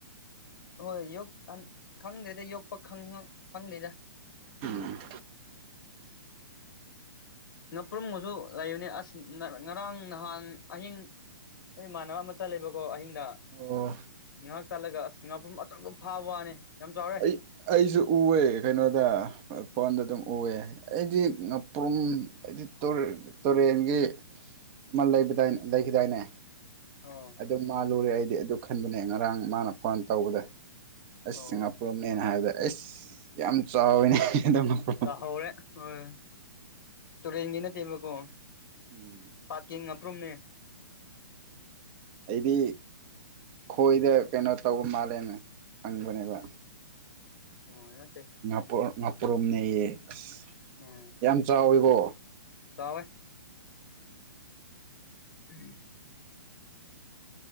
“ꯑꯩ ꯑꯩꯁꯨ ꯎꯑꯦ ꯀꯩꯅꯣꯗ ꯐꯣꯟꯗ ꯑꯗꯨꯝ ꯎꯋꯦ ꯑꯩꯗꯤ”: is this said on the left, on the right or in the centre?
Right